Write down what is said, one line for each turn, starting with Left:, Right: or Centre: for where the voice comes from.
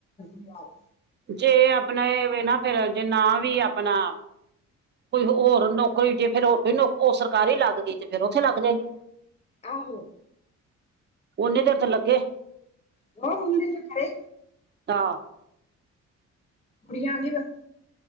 Left: ਯ
Right: ਜੇ ਆਪਣਾ ਇਹ ਵੇ ਨਾ ਫੇਰ ਜੇ ਨਾ ਵੀ ਆਪਣਾ ਕੋਈ ਹੋਰ ਨੌਕਰੀ ਜੇ ਫੇਰ ਹੋਰ ਕੋਈ ਨ ਉਹ ਸਰਕਾਰੀ ਲੱਗ ਗਈ ਤੇ ਫੇਰ ਉੱਥੇ ਲੱਗ ਜੇਗੀ।
Left: ਆਹੋ
Right: ਓਨੀ ਦੇਰ ਤੇ ਲੱਗੇ
Left: ਉਹ ਹੁੰਦੀ ਆਂ ਖਰੇ
Right: ਟਾ
Left: ਕੁੜੀਆਂ ਆਂਦੀ ਆਂ